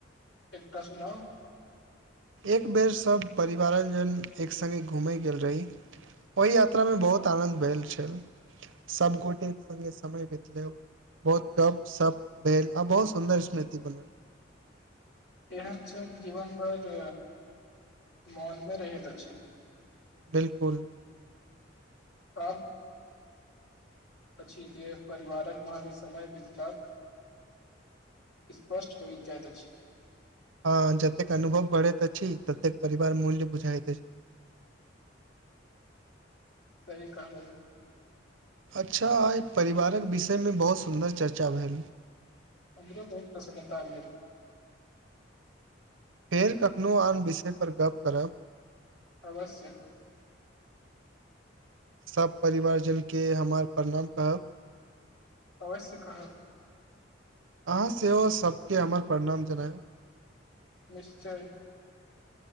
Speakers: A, on the left; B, on the right.
A: एकटाऽ सुनाउ
B: एक बेर सभ परिवारक जन एक सङ्गे घूमेय गेल रही ओहि यात्रा मे बहुत आनन्द भेल छल सभगोटे एक सङ्गे समय बितलै। बहुत कप सप भेल आ बहुत सुन्दर स्मृति बनल
A: इह छन जीवन भर मनमे रहैत अछि।
B: बिलकुल
A: <unintelligible> अछि जे परिवारक मत समय बितला सर्पष्ट होइ अछि।
B: हँ जतेक अनुभव बढ़ैत अछि ततेक परिवार मूल्य बुझाइतइत अछि।
A: की कहलौं
B: अच्छा आइ परिवारक विषयमे बहुत सुन्दर चर्चा भेल।
A: हमरो बहुत प्रसन्नता भेल।
B: फेर कखनो आन बिषय पर गप करब।
A: अवश्य
B: सभ परिवार जन के हमर प्रणाम कहब
A: अवश्य कहब
B: अहाँ सेहो सबके हमर प्रणाम जनय
A: निश्चय